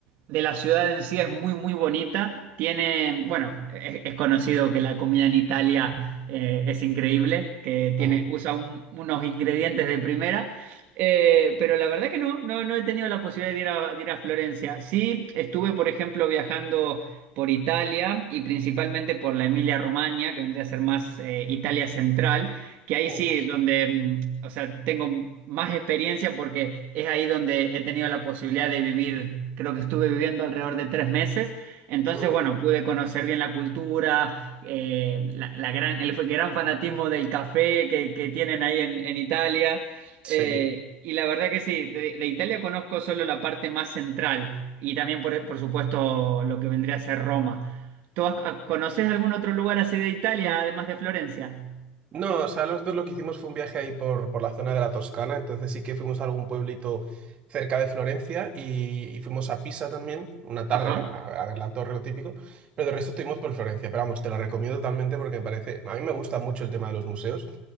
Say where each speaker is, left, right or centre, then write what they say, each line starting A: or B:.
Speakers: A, on the right (about 55°); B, on the right (about 35°).
A: de la ciudad en sí es muy, muy bonita. Tiene, bueno, es, es conocido que la comida en Italia eh, es increíble, que tiene,
B: Mm,
A: usa un- unos ingredientes de primera. Eh, pero la verdad que no, no, no he tenido la posibilidad de ir a, de ir a Florencia. Sí, estuve, por ejemplo, viajando por Italia y principalmente por la Emilia-Romagna, que vendría a ser más eh, Italia central. Que ahí
B: mm,
A: sí, donde, mm, o sea, tengo más experiencia porque es ahí donde he tenido la posibilidad de vivir, creo que estuve viviendo alrededor de tres meses, entonces,
B: mm,
A: bueno, pude conocer bien la cultura, eh, la, la gran, el gran fanatismo del café que, que tienen ahí en, en Italia,
B: sí.
A: eh, y la verdad que sí, de, de Italia conozco solo la parte más central y también, por, por supuesto, lo que vendría a ser Roma. ¿Tú has- conoces algún otro lugar así de Italia, además de Florencia?
B: No, o sea, nosotros lo que hicimos fue un viaje ahí por, por la zona de la Toscana, entonces sí que fuimos a algún pueblito cerca de Florencia y, y fuimos a Pisa también, una tarde,
A: Ajá.
B: a ver, a ver la torre, lo típico, pero del resto estuvimos por Florencia, pero vamos, te lo recomiendo totalmente porque me parece, a mí me gusta mucho el tema de los museos.